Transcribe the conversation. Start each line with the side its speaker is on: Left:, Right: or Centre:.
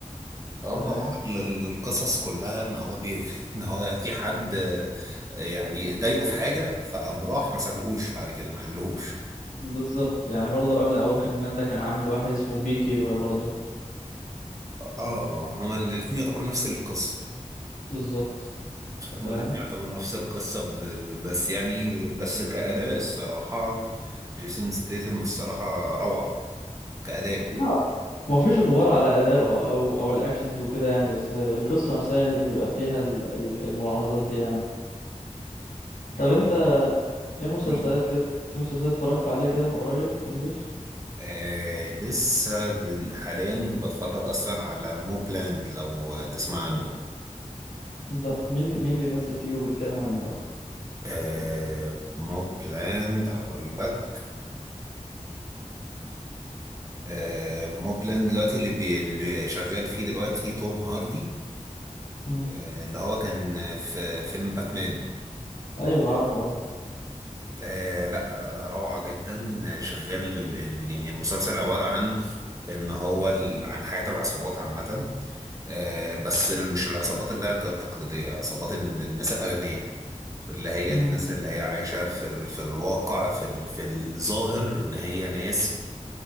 Right: اه
Left: انت
Right: ما
Left: فاهم؟
Right: هو ال- ال- القصص كلها ان هو بي... <laughs> ان هو في حد آه، يعني ضايقه في حاجة فقام راح ما سابهوش بعد كده ما حلهوش
Left: بالظبط يعني برضه قبل A Working Man ده كان عامل واحد اسمه بي كيبر برضه
Right: اه هو الاتنين يعتبروا نفس القصة
Left: بالظبط انت
Right: هما
Left: فاهم؟
Right: الاتنين يعتبروا نفس القصة ب- ب- بس يعني بس كأداء الصراحة جيسون ستيثم الصراحة روعة كأداء
Left: لا ما فيش غبار على أدائه أو أو الأكشنز وكده يعني بس القصة نفسها هي اللي بيبقى فيها ال- ال- الملاحظات دي يعني
Right: يعني
Left: طب أنت إيه مسلسلات
Right: قول لي
Left: كده في مسلسلات اتفرجت عليها كده من قريب إنجليش
Right: آه لسه دن- حاليا بتفرج أصلا على موبلاند لو تسمع عنه
Left: ده مين اللي مين اللي بيمثل فيه وبيتكلم عن إيه أصلا
Right: آه موبلاند هقول لك آه موبلاند دلوقتي اللي, بي اللي شغال فيه دلوقتي توم هاردي
Left: مم.
Right: آه اللي هو كان في فيلم باتمان
Left: أيوه عارفه عارفه
Right: آه لا آه روعة جدا آه، شغال ال ال يعني المسلسل عبارة عن ان هو ال عن حياة العصابات عامة آه بس ال- مش العصابات اللي هي الت- التقليدية عصابات ال- الناس الأغنياء اللي هي
Left: مم.
Right: الناس اللي هي عايشة في ال في الواقع في ال في الظاهر ان هي ناس